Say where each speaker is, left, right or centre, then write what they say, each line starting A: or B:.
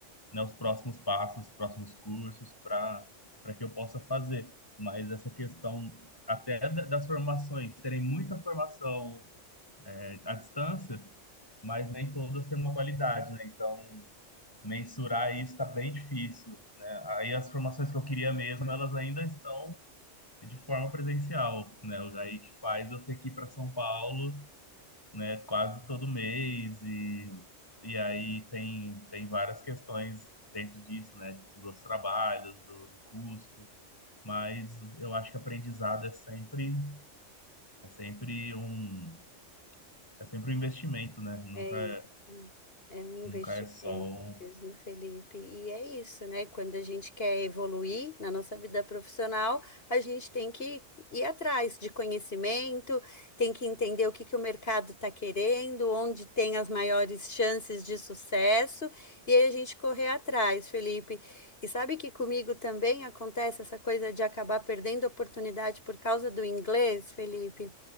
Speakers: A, on the left; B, on the left.
A: né, os próximos passos, os próximos cursos para para que eu possa fazer. Mas essa questão até da- das formações, terem muita formação é, à distância, mas nem todas têm uma qualidade, né? Então, mensurar isso está bem difícil, né? Aí as formações que eu queria mesmo, elas ainda estão de forma presencial, né? Aí que faz eu ter que ir para São Paulo né, quase todo mês e, e aí tem, tem várias questões dentro disso, né, dos outros trabalhos, do, do custo, mas eu acho que aprendizado é sempre é sempre um é sempre um investimento, né? Nunca
B: É isso.
A: é,
B: É um investimento
A: nunca é só um
B: mesmo, Felipe. E é isso, né? Quando a gente quer evoluir na nossa vida profissional, a gente tem que ir atrás de conhecimento, tem que entender o que que o mercado está querendo, onde tem as maiores chances de sucesso, e aí a gente correr atrás, Felipe. E sabe que comigo também acontece essa coisa de acabar perdendo oportunidade por causa do inglês, Felipe?